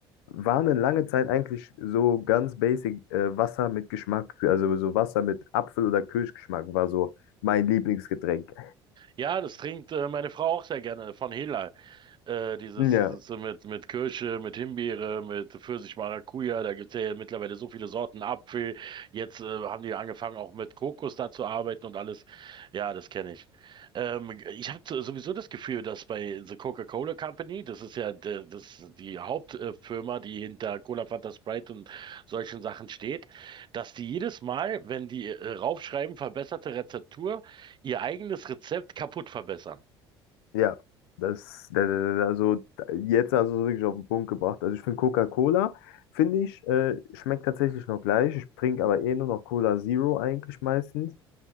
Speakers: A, on the left; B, on the right.
A: war eine lange Zeit eigentlich so ganz basic äh, Wasser mit Geschmack. Also so Wasser mit Apfel- oder Kirschgeschmack war so mein Lieblingsgetränk.
B: Ja, das trinkt äh, meine Frau auch sehr gerne von Hela. Äh, dieses,
A: Ja,
B: dieses so mit, mit Kirsche, mit Himbeere, mit Pfirsich, Maracuja, da gibt's ja mittlerweile so viele Sorten Apfel. Jetzt äh, haben die angefangen, auch mit Kokos da zu arbeiten und alles. Ja, das kenne ich. Ähm, ich habe sowieso das Gefühl, dass bei The Coca-Cola Company, das ist ja de, das, die Hauptfirma, die hinter Cola, Fanta, Sprite und solchen Sachen steht, dass die jedes Mal, wenn die äh, raufschreiben, verbesserte Rezeptur, ihr eigenes Rezept kaputt verbessern.
A: ja. Das, da- da- da- also jetzt hast du es wirklich auf den Punkt gebracht. Also ich finde Coca-Cola, finde ich, äh, schmeckt tatsächlich noch gleich. Ich trinke aber eh nur noch Cola Zero eigentlich meistens.